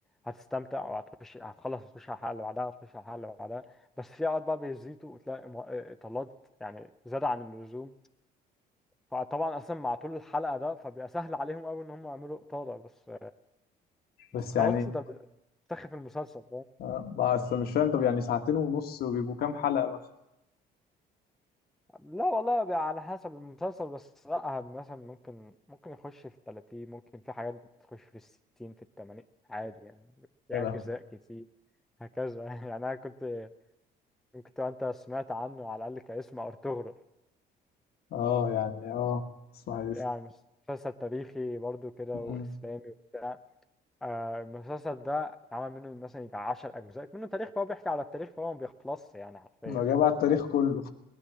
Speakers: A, in the centre; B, on the left.
A: هتستمتع وهتخش هتخلص هتخش على الحلقه اللي بعدها هتخش على الحلقه اللي بعدها بس في اوقات بقى بيزيدوا وتلاقي م- اطالات يعني زاد عن اللزوم فطبعا اصلا مع طول الحلقه ده فبيبقى سهل عليهم قوي ان هم يعملوا اطاله بس بس
B: بس
A: خلاص
B: يعني
A: انت بتسخف المسلسل
B: آه، ما أصل مش فاهم طب يعني ساعتين ونص وبيبقوا كام حلقه مثلا
A: لا والله بقى على حسب المسلسل بس لا مثلا ممكن ممكن يخش في التلاتين ممكن في حاجات بتخش في الستين في التمانين عادي يعني في
B: يا لهوي
A: أجزاء كتير هكذا <laughs> يعني أنا كنت ممكن تبقى أنت سمعت عنه على الأقل كاسم أرطغرل
B: اه يعني اه اسماعيل ياسين
A: يعني مسلسل تاريخي برضو كده وإسلامي
B: مم.
A: وبتاع آه، المسلسل ده اتعمل منه مثلا يجي 10 أجزاء منه تاريخ فهو بيحكي على التاريخ فهو ما بيخلصش يعني حرفيا
B: لو
A: يعني.
B: جاي بقى التاريخ كله